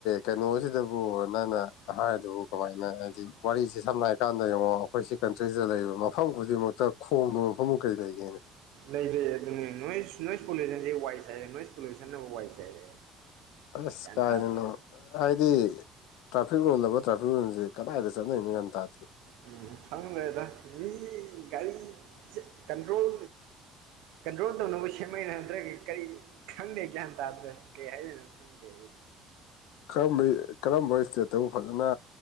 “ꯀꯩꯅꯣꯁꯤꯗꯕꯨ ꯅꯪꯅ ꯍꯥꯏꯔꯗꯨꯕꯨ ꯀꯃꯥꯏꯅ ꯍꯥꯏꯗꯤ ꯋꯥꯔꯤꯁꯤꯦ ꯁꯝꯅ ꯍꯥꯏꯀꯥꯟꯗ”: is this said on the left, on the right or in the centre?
Left